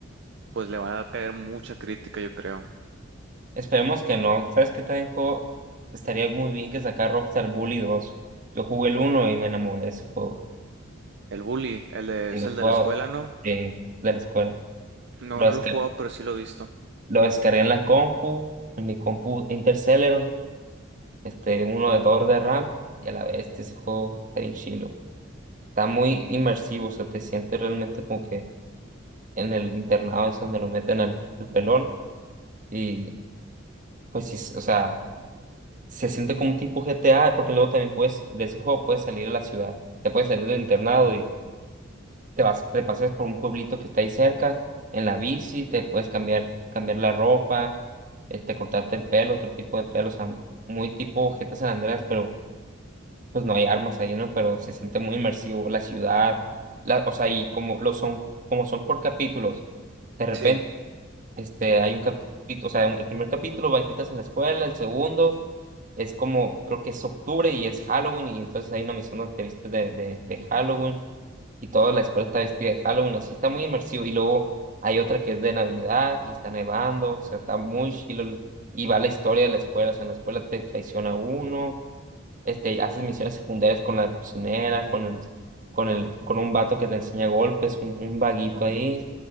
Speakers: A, on the right; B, on the right.
A: pues le van a caer mucha crítica, yo creo.
B: Esperemos que no. ¿Sabes qué también juego? Estaría muy bien que sacar Rockstar Bully 2. Yo jugué el uno y me enamoré de ese juego.
A: El bully, el de-
B: Y
A: es
B: lo
A: el de la escuela, ¿no?
B: he de, de la escuela.
A: No,
B: Lo
A: no
B: descargué,
A: lo he jugado, pero sí lo he visto.
B: lo descargué en la compu, en mi compu Interceleron, este, uno de 2 de RAM, y a la bestia ese juego está bien chilo. Está muy inmersivo, o sea, te sientes realmente como que en el internado es donde lo meten al, al pelón y pues sí, o sea, se siente como un tipo GTA porque luego también puedes, de ese juego puedes salir a la ciudad, te puedes salir del internado y te vas, te pasas por un pueblito que está ahí cerca en la bici, te puedes cambiar, cambiar la ropa, este, cortarte el pelo, otro tipo de pelo, o sea, muy tipo GTA San Andreas, pero pues no hay armas ahí, ¿no? Pero se siente muy inmersivo la ciudad, la, o sea, y como lo son, como son por capítulos, de repente,
A: Sí,
B: este, hay un capítulo, o sea, un- el primer capítulo va entras en la escuela, el segundo es como, creo que es octubre y es Halloween, y entonces hay una misión donde te viste de, de, de Halloween, y toda la escuela está vestida de Halloween, así está muy inmersivo, y luego hay otra que es de Navidad, y está nevando, o sea, está muy chilo, el- y va la historia de la escuela, o sea, en la escuela te traiciona uno, este, haces misiones secundarias con la cocinera, con el, con el, con un vato que te enseña golpes, un, un vaguito ahí. O